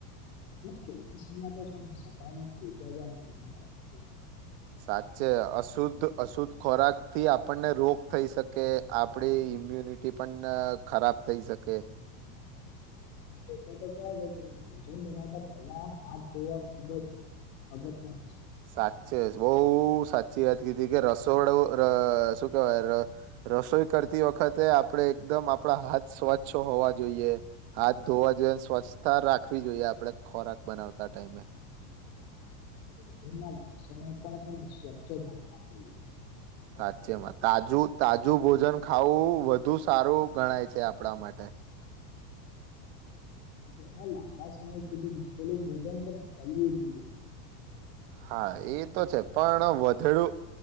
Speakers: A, on the left (about 55°); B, on the right (about 40°).
A: ચોમાસામાં તો છે. સફાઈ નુ ખૂબ જ આ ધ્યાન રાખવું જોઈએ
B: સાચે અશુદ્ધ અશુદ્ધ ખોરાક થી આપણને રોગ થઈ શકે આપડી ઇમ્યુનિટી પણ ખરાબ થઈ શકે
A: તો કેવા છે. કે ભોજન બનાવતા પેલા હાથ ધોવા ખુબ જ અગત્યનું છે
B: સાચે બોવ સાચી વાત કીધી કે રસોડું રે શું કેવાય રસોઈ કરતી વખતે આપણેે એકદમ આપણા હાથ સ્વચ્છ હોવા જોઈએ હાથ ધોવા જોએ સ્વચ્છતા રાખવી જોઈએ આપણે ખોરાક બનાવતા ટાઈમે
A: ભજનના વાસણો પણ છેને સ્વચ્છ હોવા જોઈએ
B: સાચેમાં તાજું તાજું ભોજન ખાવું વધુ સારું ગણાય છે, આપણા માટે
A: તમે લાંબા સમય સુધી મૂકેલું ભોજન છે, ને ચલવું જોઈએ
B: હા એ તો છે, પણ વધેડુ